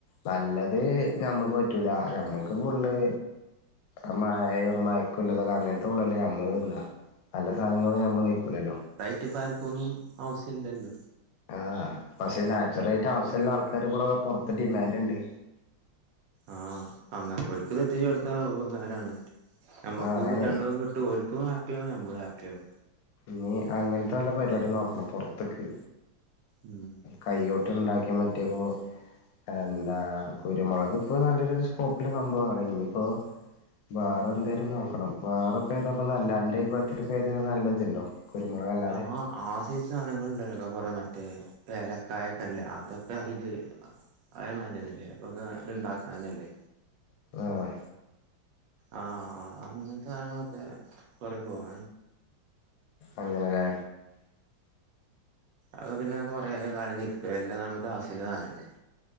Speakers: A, on the left (about 75°); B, on the right (about 75°).
A: നല്ലത് ഞമ്മക്ക് പറ്റൂല ഞമ്മക്ക് ഫുള്ള്. ആ മയ മയക്കുള്ളതൊക്കെ അങ്ങൻതുള്ളല്ലേ നമ്മള്ന്നാ നല്ല സാധനങ്ങള് നമ്മള് കഴിക്കൂലല്ലോ.
B: ത്പാര്ക്കൊന്നും ആവശ്യല്ലല്ലേ.
A: ആഹ് പക്ഷെ നാച്ചുറായിട്ട് ആവിശ്യള്ള ആൾക്കാറ് കൂടെ പെർത്ത് ഡിമാൻ്റ്ണ്ട്.
B: ആഹ് അങ്ങെൻത്തേൽക്ക് തെത്തിച്ചേട്ത്താ ഉപകാരാണ് നമ്മക്ക്
A: ആ അങ്ങനെ
B: കിട്ടെണ്ടതും കിട്ടും ഓൽ ലും ഹപ്പിയാവും ഞമ്മളും ഹാപ്പിയാവും
A: ഞി അങ്ങൻത്തെ വല്ല പരിപാടിം നോക്കെണം പെർത്ത്ക്ക്.
B: ഉം
A: കയോട്ട്ണ്ടാക്കൃ മറ്റെപ്പോ. എന്താ കുരുമുളക് ഇപ്പൊ നല്ലൊരു സ്കോപ്പില് സംഭവമാണ് ഇനിയിപ്പോ വേറെ എന്തായാലും നോക്കണം വേറെ ഏതപ്പ നല്ല രന്റെ ഇപ്രായത്തിപ്പ ഏതും നല്ലതുണ്ടോ കുരുമുളക് അല്ലാതെ
B: ആഹ് ആശയി സാധനങ്ങളൾ ഉണ്ടല്ലോല്ലോ കൊറെേ മറ്റേ വഏലക്കായക്കെല്ലേ അതൊക്കെ അയ്ല് അതേമാതിന്നല്ലേ അപ്പൊ ഉണ്ടാക്കണന്നല്ലേ
A: ആഹ്
B: ആഹ അങ്ങനത്തെ കധങ്ങളൊക്കെ കൊറെ പോവാ
A: അങ്ങനെല്ലേ
B: അത് പിന്നെ കൊറെ കാലം നൽക്ക എല്ലാ സമത്ത് അസല സാനല്ലേ